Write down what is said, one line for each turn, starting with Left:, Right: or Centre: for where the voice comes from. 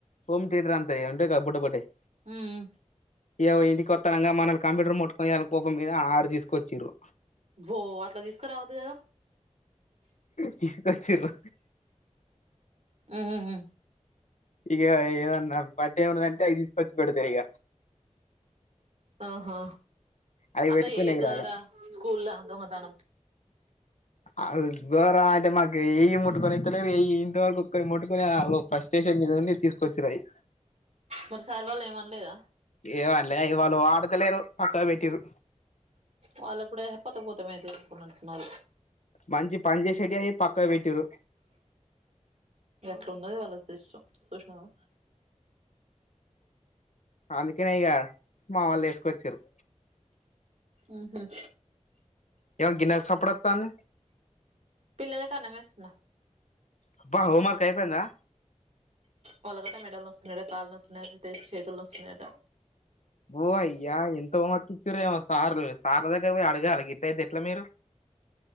Left: హోమ్ తియేటర్ అంతయ్ అంటె గా బుడ్డ బుడ్డయ్
Right: హ్మ్ మ్
Left: ఇయవ్వ ఇంటికోత్తనంగా మనల్ని కంప్యూటర్ ముట్టుకొనియల్ కోపం మీద ఆరు దీసుకొచ్చిర్రు
Right: ఓ అట్ల తీసుకరావద్దు కదా
Left: తీసుకోచ్చిర్రు
Right: ఉమ్ ఉమ్ మ్
Left: ఇగ ఏవ ఏదన్న బడ్డె ఉందంటే అయి తీసుకొచ్చి పెడతరిగ
Right: ఆహా
Left: అవి
Right: అట్ల
Left: పెట్టుకునేకి
Right: చెయ్యొద్దు
Left: రాలే
Right: కదరా స్కూల్ల దొంగతనం
Left: అది గోరమంటే మాకు ఎయ్యి ముట్టుకొనిత్తలేరు ఎయ్యి ఇంతవరకు ముట్టుకోనియాళ్ళు ఫ్రస్స్టేషన్ మీద ఉండి తీసుకొచ్చిర్రయి
Right: మరి సార్ వాళ్ళు ఏమనలేదా
Left: ఏమన్లే ఇగ వాళ్ళు వాడుతలేరు పక్కకు పెట్టిర్రు
Right: వాళ్ళక్కుడా ఎహ్ పోతేపోతేమాయేతీ అనుకున్నట్టున్నారు
Left: మంచి పనిచేసేటియయి పక్కకు పెట్టిర్రు
Right: ఇగట్లున్నది వాళ్ళ సిస్టమ్ చూస్నవా
Left: అందుకనే ఇగా మా వోళ్లేసుకొచిర్రు
Right: ఉమ్ హ్
Left: ఏమో గిన్నెల సప్పుడత్తాంది
Right: పిల్లలకన్నమేస్తున్నా
Left: అబ్బా హోమ్వర్క్ అయిపోయిందా
Right: వాళ్ళకట మెడల్ నొస్తున్నయట, కాళ్ళు నొస్తున్నయట, టే చేతులు నొస్తున్నయట
Left: ఓ అయ్యా ఇంత హోమ్ వర్క్ ఇచ్చిర్రేమో సార్లు, సార్ల దగ్గర పోయి అడగాలె గిట్టయితే ఎట్ల మీరు